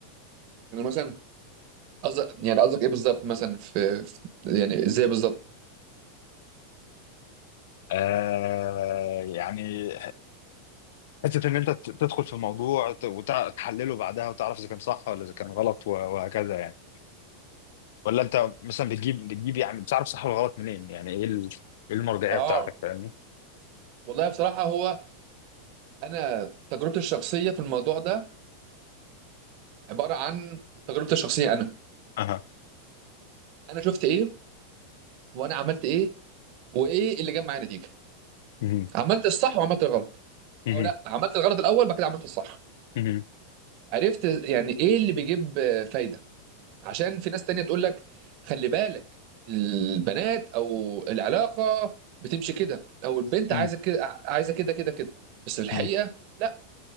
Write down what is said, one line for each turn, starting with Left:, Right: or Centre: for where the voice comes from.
Right: يعني مثلا قصدك يعني قصدك ايه بالظبط مثلا في في- يعني ازاي بالظبط
Left: آه، يعني حتة ان انت ت- تدخل في الموضوع وتحلله بعدها وتعرف اذا كان صح ولا اذا كان غلط و- وهكذا يعني ولا انت مثلا بتجيب بتجيب يعني بتعرف صح ولا غلط منين يعني ايه ال- إيه المرجعية
Right: اه
Left: بتاعتك فاهمني
Right: والله بصراحه هو انا تجربتي الشخصيه في الموضوع ده عباره عن تجربتي الشخصيه انا
Left: اها
Right: انا شفت ايه وانا عملت ايه وايه اللي جاب معايا نتيجه
Left: مهم.
Right: عملت الصح وعملت الغلط
Left: مهم.
Right: او لا عملت الغلط الاول بعد كده عملت الصح
Left: مهم.
Right: عرفت يعني ايه اللي بيجيب آه، فايده عشان في ناس تانية تقول لك خلي بالك البنات او العلاقه بتمشي كده او البنت
Left: مهم.
Right: عايزه كده عايزه كده كده كده بس في الحقيقه
Left: مهم.
Right: لا